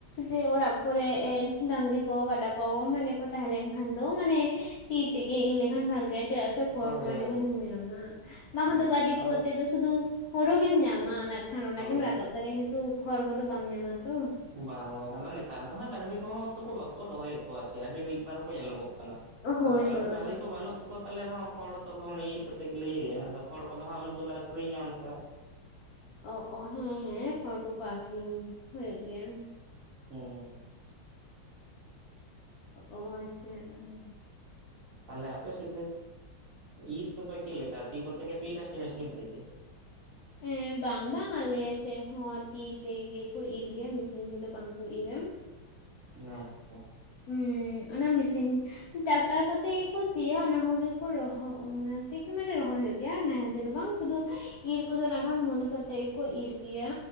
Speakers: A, on the left; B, on the right.
A: ᱡᱮ ᱚᱲᱟᱜ ᱠᱚᱨᱮ ᱮ ᱰᱟᱝᱨᱤ ᱠᱚ ᱟᱰᱟ ᱠᱚ ᱢᱟᱱᱮ ᱛᱟᱦᱮᱸ ᱞᱮᱱ ᱠᱷᱟᱱ ᱫᱚ ᱢᱟᱱᱮ ᱛᱤ ᱛᱮᱜᱮ ᱤᱨ ᱞᱮᱠᱷᱟᱱ ᱵᱷᱟᱜᱮᱜᱼᱟ ᱪᱮᱫᱟᱜ ᱥᱮ ᱠᱷᱚᱲ
B: ᱦᱳᱭ
A: ᱠᱚ ᱮᱸᱰᱮᱠᱷᱟᱱᱮᱢ
B: ᱦᱳᱭ
A: ᱧᱟᱢᱟ ᱵᱟᱠᱷᱟᱱ
B: ᱦᱮᱸ
A: ᱫᱚ ᱜᱟᱹᱰᱤ ᱠᱚ
B: ᱟᱫᱚ
A: ᱟᱛᱮ ᱫᱚ ᱥᱩᱫᱩ ᱦᱳᱲᱳ ᱜᱮᱢ ᱧᱟᱢᱟ ᱱᱟᱜ ᱠᱷᱟᱱ ᱚᱱᱟ
B: ᱦᱳᱭ
A: ᱜᱮᱢ ᱨᱟᱠᱟᱵ ᱫᱟᱲᱮᱭᱟᱜᱼᱟ, ᱠᱤᱱᱛᱩ ᱠᱷᱚᱲ ᱠᱚᱫᱚ ᱵᱟᱢ ᱧᱟᱢᱟ ᱛᱚ
B: ᱵᱟᱝ ᱵᱟᱝ ᱟᱫᱚ ᱱᱤᱛᱟᱨ ᱫᱚ ᱦᱟᱜ ᱰᱟᱺᱝᱨᱤ ᱠᱚᱦᱚᱸ ᱛᱚ ᱠᱚ ᱵᱟᱠᱚ ᱫᱚᱦᱚᱭᱮᱫ ᱠᱚᱣᱟ ᱥᱮ ᱟᱹᱰᱤ ᱢᱤᱫ ᱵᱟᱨ ᱠᱚ ᱧᱮᱞᱚᱜᱚᱜ ᱠᱟᱱᱟ
A: ᱦᱳᱭ
B: ᱟᱫᱚ ᱟᱞᱮ
A: ᱦᱳᱭ
B: ᱫᱚ ᱰᱟᱹᱟᱝᱨᱤ
A: ᱚᱱ
B: ᱠᱚ ᱵᱟᱹᱱᱩᱜ ᱠᱚ ᱛᱟᱞᱮ ᱨᱮᱦᱚᱸ ᱠᱷᱚᱲ ᱫᱚ ᱢᱟᱱᱮ ᱤᱨ ᱠᱟᱛᱮᱫ ᱜᱮᱞᱮ ᱤᱭᱟᱹᱭᱟ ᱟᱫᱚ ᱠᱷᱚᱲ ᱠᱚᱫᱚ ᱦᱟᱸᱜ ᱩᱱ ᱫᱚᱞᱮ ᱟᱠᱠᱷᱨᱤᱧᱟ ᱚᱱᱠᱟ
A: ᱚ ᱚ ᱦᱮᱸ ᱦᱮᱸ ᱠᱷᱚᱲ ᱠᱚᱠᱚ ᱟᱠᱷᱨᱤᱧ ᱦᱩᱭᱩᱜ ᱜᱮᱭᱟ᱾
B: ᱦᱩᱸ
A: ᱚᱸᱜ ᱟᱪᱪᱷᱟ ᱦᱚᱜᱚᱭ
B: ᱛᱟᱦᱞᱮ ᱟᱯᱮ ᱥᱮᱫ ᱫᱚ ᱤᱨ ᱠᱚᱫᱚ ᱪᱮᱫ ᱞᱮᱠᱟ ᱛᱤ ᱠᱚᱛᱮᱜᱮ ᱯᱮ ᱤᱨ ᱟᱥᱮ ᱢᱮᱥᱤᱱ ᱛᱮᱜᱮ? <inaudible>
A: ᱦᱮᱸ ᱵᱟᱝ ᱵᱟᱝ ᱟᱞᱮ ᱥᱮᱫ ᱦᱚᱸ ᱛᱤ ᱛᱮᱜᱮᱠᱩ ᱤᱨ ᱜᱮᱭᱟ ᱢᱮᱥᱤᱱ ᱛᱮᱫᱚ ᱵᱟᱝ ᱠᱚ ᱤᱨᱟ᱾
B: ᱦᱮ ᱟᱪᱪᱷᱟ
A: ᱩ ᱚᱱᱟ ᱢᱮᱥᱤᱱ ᱴᱟᱠᱴᱟᱨ ᱠᱚᱛᱮᱜᱮᱠᱚ ᱥᱤᱭᱟ ᱚᱱᱟ ᱠᱚᱜᱮᱠᱚ ᱨᱚᱦᱚ <unintelligible> ᱛᱮᱜᱮ ᱢᱟᱱᱮ ᱨᱚᱦᱚᱭ ᱦᱳᱭᱳᱜ ᱜᱮᱭᱟ ᱱᱟᱦᱮᱞ ᱛᱮᱫᱚ ᱵᱟᱝ ᱥᱩᱫᱩ ᱤᱨ ᱠᱚᱫᱚ ᱱᱟᱸᱜ ᱠᱷᱟᱱ ᱢᱚᱱᱤᱥ ᱟᱛᱮ ᱜᱮᱠᱚ ᱤᱨ ᱜᱮᱭᱟ